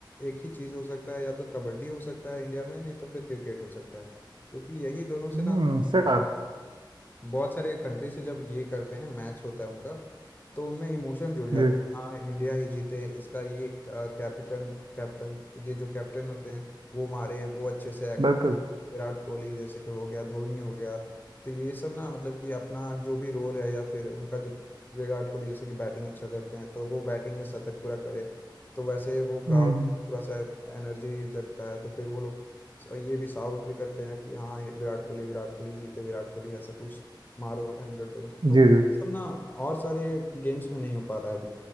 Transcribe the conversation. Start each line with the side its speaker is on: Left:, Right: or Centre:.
Left: एक ही चीज हो सकता है या तो कबड्डी हो सकता है इंडिया में नहीं तो फिर क्रिकेट हो सकता है क्योंकि यही दोनों से
Right: हम्म
Left: ना
Right: सही बात
Left: बहुत सारे कंट्री से जब ये करते हैं मैच होता है उनका तो उनमें इमोशन जुड़ जाता
Right: जी
Left: है हाँ इंडिया ही जीते इसका ये कैप्टन कैप्टन ये जो कैप्टन होते हैं वो मारे वो अच्छे से एक्ट
Right: बिल्कुल
Left: विराट कोहली जैसे कि हो गया धोनी हो गया तो ये सब ना मतलब कि अपना जो भी रोल है या फिर उनका जो विराट कोहली जैसे कि बैटिंग अच्छा करते हैं तो वो बैटिंग में शतक पूरा करे तो वैसे वो क्राउड
Right: हम्म
Left: पूरा सा एनर्जी जगता है तो फिर वो लोग ये भी साउट भी करते हैं कि हाँ ये विराट कोहली विराट कोहली जीते विराट कोहली ऐसा कुछ मारो हंड्रेड रन तो
Right: जी जी
Left: सब ना और सारे गेम्स में नहीं हो पा रहा है अभी